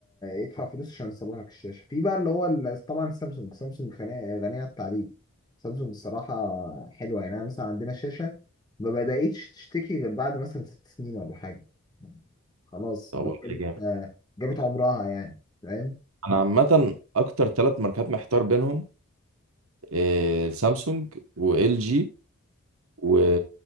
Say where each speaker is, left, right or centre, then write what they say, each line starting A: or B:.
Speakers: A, on the left; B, on the right.
A: ادفع فلوس عشان يصلح لك الشاشه في بقى اللي هو ال- طبعا سامسونج سامسونج غنيه غنيه عن التعريف سامسونج الصراحه حلوه يعني انا مثلا عندنا شاشه ما بداتش تشتكي غير بعد مثلا ست سنين ولا حاجه خلاص
B: طب
A: اللي
B: والله
A: هو جابت
B: جامد
A: آه، جابت عمرها يعني فاهم
B: انا عامة اكتر ثلاث ماركات محتار بينهم إيه سامسونج وال جي و...